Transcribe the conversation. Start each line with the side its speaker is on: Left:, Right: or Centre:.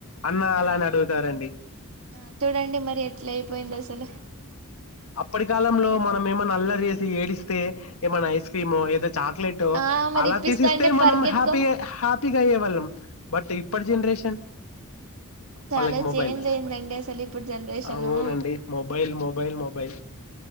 Left: అన్న అలానే అడుగుతారండి
Right: ఆ చూడండి మరి ఎట్ల అయిపోయింది అసలు
Left: అప్పటి కాలంలో మనం ఏమన్నా అల్లరి చేసి ఏడిస్తే ఏమైనా ఐస్ క్రీమో ఏదో చాక్లెటో
Right: ఆ మరి
Left: అలా
Right: ఇప్పిస్తా
Left: తీసిస్తే
Right: అంటే
Left: మనం
Right: పరిగెత్తుకో
Left: హ్యాపీ హ్యాపీగా అయ్యేవాళ్ళం బట్ ఇప్పటి జెనరేషన్
Right: చాలా
Left: వాళ్ళకి మొబైల్
Right: చేంజ్ అయిందండి అసలు ఇప్పుడు జనరేషను
Left: అవునండి మొబైల్ మొబైల్ మొబైల్